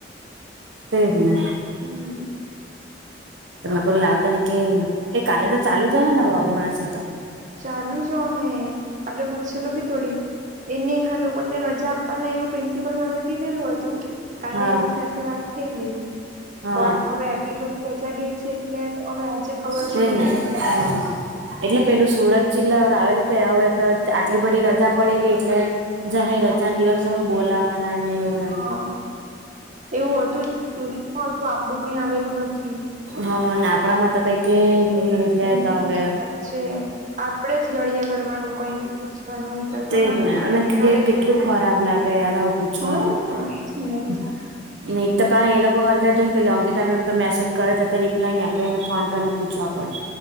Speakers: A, on the right; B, on the right.
A: તેજ ને
B: હમ
A: મે કો લાવ તને કે એ કાલે તો ચાલુ જ હોય ને હરુણા છે તો
B: ચાલુ જો હે આપડે પૂછેલું બી થોડી એની લોકોને રજા આપવાના એવું પ્રિન્સિપલ મેમે કીધેલું હતું. કાલે
A: હા
B: એની સાથે વાત થયેલી
A: હા
B: પણ હવે આટલી બધી રજા ગઈ છે એટલે હવે આજે ખબર
A: તેને
B: પડે હે
A: હા એટલે પેલું સુરત જિલ્લા આવેલું કે હવે તો આટલી બધી રજા પડી ગઈ એટલે જાહેર
B: હમ
A: રજાન દિવસે એઉ બોલાવાના ને એવું એમ
B: હા એવું હતું તો આપડું કઈ આવેલું નથી
A: હા આપણા માટે તો કઈ કે નહી એટલે
B: હમ,
A: તો હવે
B: એ વાત છે આપડે જ લળિયા કરવાનું કઈ બી પૂછવાનું હોય તો
A: તેજ
B: તો હા
A: ને
B: તો
A: અને
B: કઈ આવે
A: કેટલું
B: જ નહી
A: ખરાબ લાગે યાર આવું પૂછવાનું
B: હ એજ ને
A: <unintelligible> ને એક તો પાહા એ લોકો હરખા જોઇન પેલ અંકિતા મેમ તમ મેસેજ કરે તે રિપ્લે નય આપે ને ફોન કર ને પૂછવાનું પડે.